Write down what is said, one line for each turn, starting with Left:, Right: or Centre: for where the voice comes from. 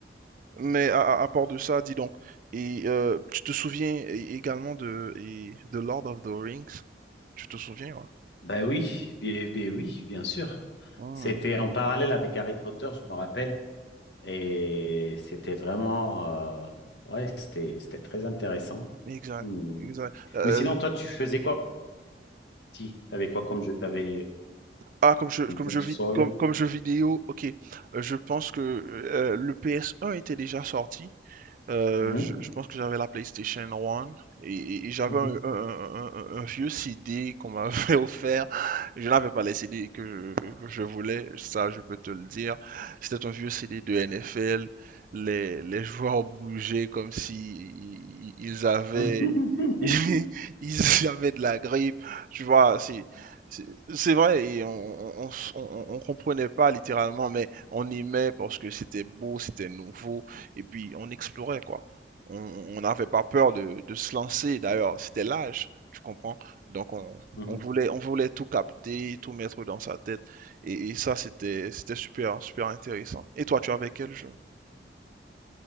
Right: mais à, à- à part de ça, dis donc, et, euh, tu te souviens é- également de, et- de Lord of the Rings? Tu te souviens, ouais?
Left: Ben oui, bien, ben oui, bien sûr.
Right: Mhm.
Left: C'était en parallèle avec Harry Potter, je me rappelle, et c'était vraiment, euh, ouais, c'était, c'était très intéressant.
Right: exact,
Left: Hmm.
Right: exact. Euh,
Left: Mais sinon, toi, tu faisais quoi? Si, t'avais quoi comme jeu? T'avais
Right: Ah, comme jeu,
Left: une
Right: comme
Left: console?
Right: jeu, vid- comme, comme jeu vidéo, ok. Euh, je pense que euh, le PS1 était déjà sorti. Euh,
Left: Mhm,
Right: je, je pense que j'avais la PlayStation 1 et, et- et j'avais
Left: mhm.
Right: un, un- un- un- un vieux CD qu'on m'avait <laughs> offert. Je n'avais pas les CD que je, que je voulais, ça je peux te le dire. C'était un vieux CD de NFL. Les, les joueurs bougeaient comme si i- i- ils avaient,
Left: <laughs>
Right: <laughs> ils avaient de la grippe. Tu vois, c'est, c'est c'est vrai et on, on, on, s- on on comprenait pas littéralement, mais on aimait parce que c'était beau, c'était nouveau et puis on explorait, quoi. On n'avait pas peur de de se lancer d'ailleurs, c'était l'âge, tu comprends? Donc on
Left: Mhm.
Right: on voulait on voulait tout capter, tout mettre dans sa tête et et ça c'était c'était super, hein, super intéressant. Et toi, tu avais quel jeu?